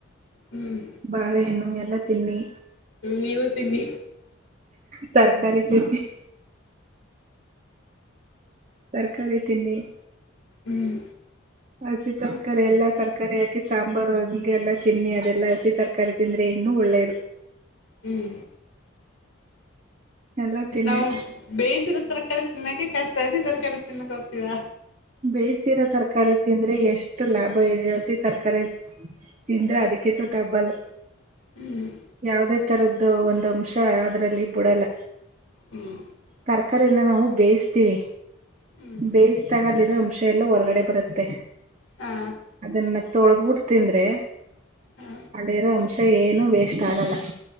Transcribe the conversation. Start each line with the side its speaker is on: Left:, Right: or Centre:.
Left: ಹ್ಮ್
Right: ಬಾಳೆ ಹಣ್ಣು ಎಲ್ಲಾ ತಿನ್ನಿ
Left: ನೀವು ತಿನ್ನಿ
Right: ತರಕಾರಿ ತಿನ್ನಿ ತರಕಾರಿ ತಿನ್ನಿ
Left: ಹ್ಮ್
Right: ಹಸಿ ತರಕಾರಿ ಎಲ್ಲಾ ತರಕಾರಿ ಹಾಕಿ ಸಾಂಬಾರು ಒಂಗೆ ಎಲ್ಲಾ ತಿನ್ನಿ ಅದೆಲ್ಲಾ ಹಸಿ ತರಕಾರಿ ತಿಂದ್ರೆ ಇನ್ನೂ ಒಳ್ಳೆಯದು
Left: ಹ್ಮ್
Right: ಎಲ್ಲಾ ತಿನ್ನಿ
Left: ನಾವು ಬೇಯಿಸಿರೋ ತರಕಾರಿ ತಿನ್ನೋಕೆ ಕಷ್ಟ ಹಸಿ ತರಕಾರಿ ತಿನ್ನಕ್ ಹೋಗ್ತೀವ
Right: ಬೇಯಿಸಿರೋ ತರಕಾರಿ ತಿಂದ್ರೆ ಎಷ್ಟು ಲಾಭ ಇದೆ ಹಸಿ ತರಕಾರಿ ತಿಂದ್ರೆ ಅದಕ್ಕಿಂತ ಹಬ್ಬಲ್
Left: ಹ್ಮ್
Right: ಯಾವದೇ ತರದ್ದು ಒಂದು ಅಂಶ ಅದ್ರಲ್ಲಿ ಬಿಡಲ್ಲ
Left: ಹ್ಮ್
Right: ತರಕಾರಿಯಿಂದ ನಾವು ಬೇಯಿಸತೀವಿ
Left: ಹ್ಮ್
Right: ಬೇಯಿಸ್ದಾಗ ಅದರಲ್ಲಿ ಇರೋ ಅಂಶ ಎಲ್ಲ ಹೊರ್ಗಡೆ ಬರುತ್ತೆ
Left: ಹಾ
Right: ಅದನ್ನ ತೊಳೆದ್ಬಿಟ್ಟು ತಿಂದ್ರೆ
Left: ಹಾ
Right: ಅಲ್ಲಿರೋ ಅಂಶ ಏನು ವೇಸ್ಟ್ ಆಗಲ್ಲ